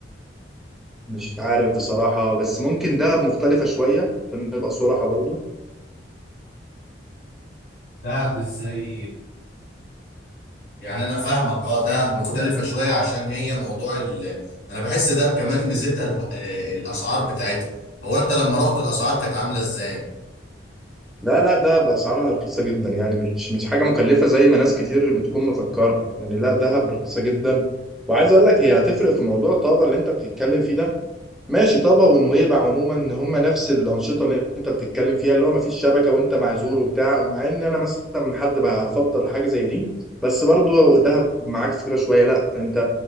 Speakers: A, in the centre; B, on the left.
A: مش عارف بصراحة بس ممكن دهب مختلفة شوية عشان نبقى صراحة برضو
B: دهب ازاي يعني انا فاهمك اه دهب مختلفه شويه عشان هي موضوع ال... انا بحس دهب كمان ميزتها ال... آه، الاسعار بتاعتها هو انت لما رحت الاسعار كانت عامله ازاي
A: لا لا دهب اسعارها رخيصه جدا يعني مش مش حاجه مكلفه زي ما ناس كتير بتكون مفكره يعني لا دهب رخيصه جدا وعايز اقول لك هي هتفرق في موضوع طابا اللي انت بتتكلم فيه ده ماشي طابا ونويبع عموما هم نفس الانشطه اللي انت بتتكلم فيها اللي هو مفيش شبكه وانت معزول وبتاع مع ان انا مثلا حد بقى هفضل حاجه زي دي بس برضو دهب معاكس كده شويه لا انت